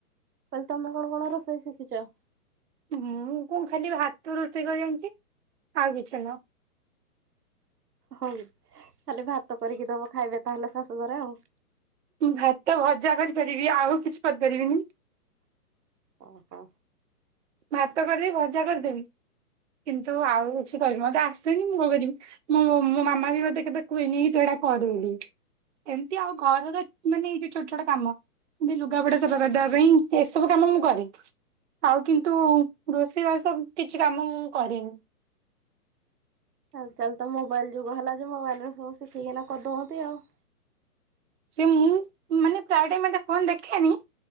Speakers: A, on the right; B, on the right.
A: କହିଲି ତମେ କଣ କଣ ରୋଷେଇ ଶିଖିଛ?
B: ମୁଁ କଣ ଖାଲି ଭାତ ରୋଷେଇ କରି ଯାଣିଛି ଆଉ କିଛି ନୁହଁ।
A: ହଉଖାଲି ଭାତ କରିକି ଦବ ଖାଇବେ ତାହେଲେ ଶାଶୁଘରେ ଆଉ।
B: ଭାତ ଭଜା କରିପାରିବି ଆଉ କିଛି କରିପାରିବିନି।
A: ଓହୋ।
B: ଭାତ କରିଦେବି ଭଜା କରିଦେବି, କିନ୍ତୁ ଆଉ କିଛି କରିବି ମତେ ଆସୁନି ମୁଁ କଣ କରିବି। ମୁଁ ମୋ ମାମା ବି ମତେ କେବେ କୁହେନି କି ତୁ ଏଟା କର ବୋଲି। ଏମିତି ଆଉ ଘରର ମାନେ ଏଇ ଯୋଉ ଛୋଟ ଛୋଟ କାମ ଏମତି ଲୁଗାପଟା ସଫା କରିଦବା ପାଇଁ ଏସବୁ କାମ ମୁଁ କରେ। ଆଉ କିନ୍ତୁ ରୋଷେଇ ବାସ କିଛି କାମ ମୁଁ କରେନି।
A: ଆଜ କାଲି ତ ମୋବାଇଲ ଯୁଗ ହେଲା ଯେ ମୋବାଇଲରେ ସବୁ ଶିଖିକିନା କରିଦଉନ୍ତି ଆଉ।
B: ସେ ମୁଁ ମାନେ ପ୍ରାୟ ଟାଇମ ଏତେ ଫୋନ ଦେଖେନି।